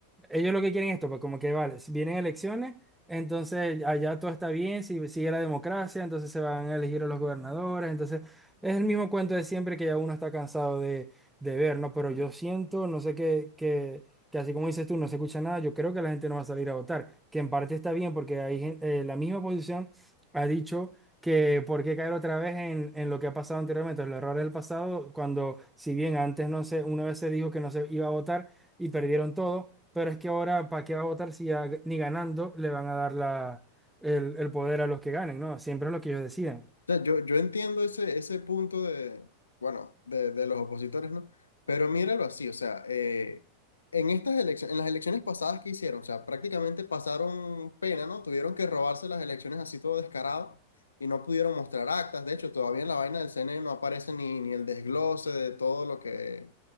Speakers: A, in the centre; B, on the left.
A: Ellos lo que quieren es esto, pues como que vale, si vienen elecciones, entonces allá todo está bien, si sigue la democracia, entonces se van a elegir a los gobernadores, entonces es el mismo cuento de siempre que ya uno está cansado de, de ver, ¿no? Pero yo siento, no sé qué, que, que así como dices tú, no se escucha nada, yo creo que la gente no va a salir a votar, que en parte está bien porque hay, gen- eh, la misma oposición ha dicho que por qué caer otra vez en, en lo que ha pasado anteriormente, los errores del pasado, cuando si bien antes no sé, una vez se dijo que no se iba a votar y perdieron todo. Pero es que ahora, ¿para qué va a votar si ya g- ni ganando le van a dar la, el, el poder a los que ganen, ¿no? Siempre es lo que ellos decidan.
B: O sea, yo, yo entiendo ese, ese punto de, bueno, de, de los opositores, ¿no? Pero míralo así, o sea, eh, en estas elecciones, en las elecciones pasadas que hicieron, o sea, prácticamente pasaron pena, ¿no? Tuvieron que robarse las elecciones así todo descarado y no pudieron mostrar actas. De hecho, todavía en la vaina del CNE no aparece ni, ni el desglose de todo lo que,